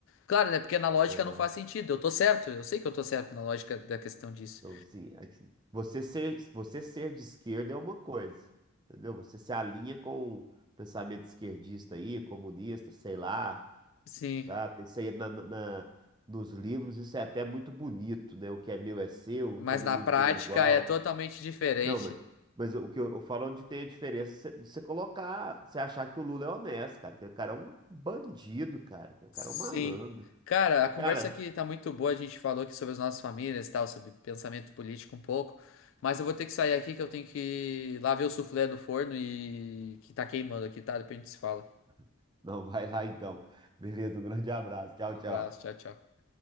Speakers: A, on the left; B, on the right.
A: Claro, né? Porque na lógica
B: não,
A: não faz sentido, eu tô certo, eu sei que eu tô certo na lógica da questão disso.
B: não, assim, assim, você ser, você ser de esquerda é uma coisa, entendeu? Você se alinha com o pensamento esquerdista aí, comunista, sei lá,
A: Sim.
B: tá? Tem Isso aí na, na- na- nos livros, isso é até muito bonito, né? O que é meu é seu,
A: mas
B: todo
A: na
B: mundo
A: prática
B: tem o igual.
A: é totalmente diferente.
B: Não, mas, mas o que eu, eu falo é onde tem a diferença, você você colocar, você achar que o Lula é honesto, cara. Aquele cara é um bandido, cara. Aquele cara
A: Sim.
B: é um malandro.
A: Cara, a conversa
B: Cara,
A: aqui tá muito boa. A gente falou aqui sobre as nossas famílias e tal, sobre pensamento político um pouco. Mas eu vou ter que sair aqui que eu tenho que ir lá ver o suflê no forno e que tá queimando aqui, tá? Depois a gente se fala.
B: <laughs> não, vai lá então. Beleza, um grande abraço. Tchau,
A: Um
B: tchau.
A: abraço, tchau, tchau.